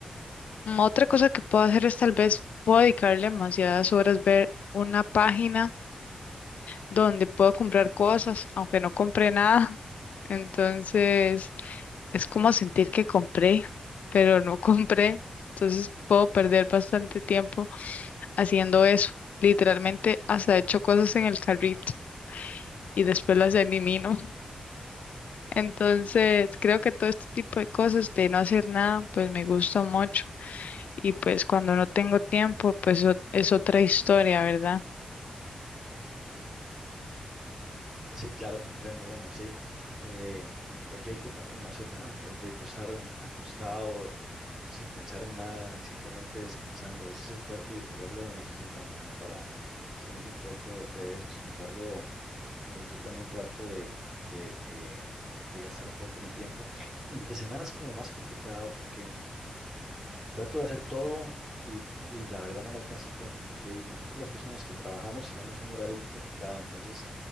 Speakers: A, on the left; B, on the right.
A: Mm, Otra cosa que puedo hacer es tal vez puedo dedicarle demasiadas horas ver una página donde puedo comprar cosas, aunque no compré nada. <laughs> Entonces, es como sentir que compré, pero no <laughs> compré. Entonces, puedo perder bastante tiempo haciendo eso. Literalmente, hasta he hecho cosas en el carrito y después las elimino. <laughs> Entonces, creo que todo este tipo de cosas de no hacer nada, pues me gusta mucho. Y pues cuando no tengo tiempo, pues o- es otra historia, ¿verdad?
B: Sí, claro, comprendo. Bueno, sí, eh, es rico también no hacer nada, es rico estar acostado sin pensar en nada y simplemente descansando. A veces el cuerpo y el cerebro lo necesitan como para salir un poco de eso. Sin embargo, eh, yo también trato de, de, de- de gastar un poco mi tiempo. Entre semanas es como más complicado porque trato de hacer todo y, y la verdad no me alcanza el tiempo porque nosotros las personas que trabajamos tenemos un horario muy complicado. Entonces,